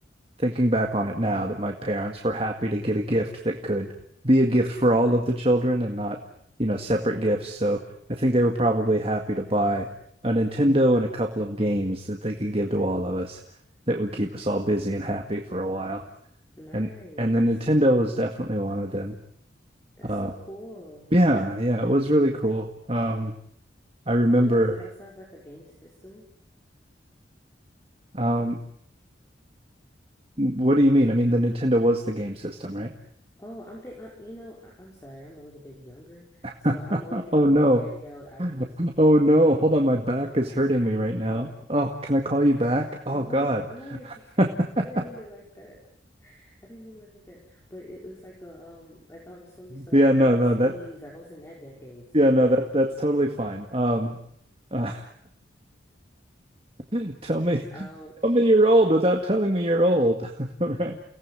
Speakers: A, on the right; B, on the left.
A: thinking back on it now, that my parents were happy to get a gift that could be a gift for all of the children and not, you know, separate gifts. So I think they were probably happy to buy a Nintendo and a couple of games that they could give to all of us that would keep us all busy and happy for a while.
B: Nice.
A: And and the Nintendo was definitely one of them.
B: That's
A: Uh,
B: so cool.
A: yeah, yeah, it was really cool. Um, I remember.
B: Did you guys also have like a game system?
A: Um, what do you mean? I mean, the Nintendo was the game system, right?
B: Oh, I'm think I, you know, I, I'm sorry, I'm a little bit younger,
A: <laughs>
B: so I'm only thinking
A: Oh
B: about
A: no.
B: handheld items.
A: Oh no. Hold on, my back is
B: <laughs>
A: hurting me right now. Oh, can I call you back? Oh
B: I'm
A: God.
B: only, I'm only think
A: <laughs>
B: <laughs> I didn't mean it like that. I didn't mean it like that. But it was like a um, like I was so used to
A: Yeah,
B: like PSPs,
A: no, no, that
B: like I was in that decade. So,
A: yeah, no, that that's totally fine. Um, uh, <laughs> tell me,
B: ouch.
A: tell me
B: <laughs>
A: you're old without telling me you're old, <laughs> right?